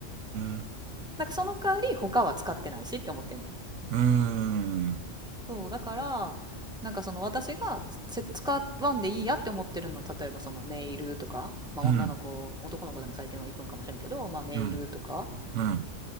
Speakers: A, on the right (about 75°); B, in the centre.
A: うーん、
B: なんかその代わり他は使ってないしって思ってんねん
A: うーん、
B: そう、だから、なんかその私がせ使わんでいいやって思ってるのは、例えばそのネイルとか、まあ女の子、
A: うん、
B: 男の子でも最近は行くんかもしれんけど、まあネイルとか、
A: うん、うん。